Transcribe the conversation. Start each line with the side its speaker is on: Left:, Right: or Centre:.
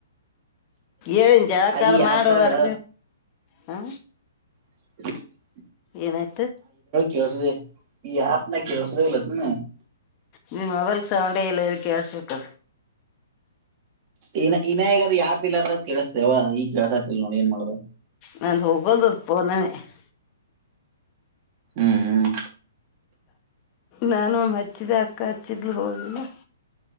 Left: ಏಿನ್ ಜಳಕ್ಕದು
Right: ಈ
Left: ಮಾಡುವರ್
Right: ಆ್ಯಪ್ದಾಗ
Left: ಹ
Right: ಹ
Left: ಏನಾಯ್ತು
Right: ಕೇಳಸುತ್ತಧೆ ಈ ಅಪ್ ಕೇಳಸುದೇ ಇಲ್ಲತ್ತನೆ
Left: ನಿ ಮೊಬೈಲ್ ಸೌಂಡ ಎಲ್ಲ ಹೇಲಿ ಕೆಲ್ಲಿಸ್ಬೆಕು
Right: ಇ ಇನ್ೇಗ ಅದು ಯಾವ ಪಿಿಲ್ಲರ್ ಕೆೇಳಸ್ದವ ಈ ಕೆಳ್ಸತಿಲ್ ನೋಡಿ ಏನ್ ಮಾಡ್ರ
Left: ನ ತೂಕ ತಪ್ಪನ <unintelligible>
Right: ಹ್ಮ್ ಹ್ಮ್
Left: ನಾನು ಹಚ್ಚಿದ ಅಕ್ಕ ಹಚ್ಚಿದ್ಲು ಹೋಗನ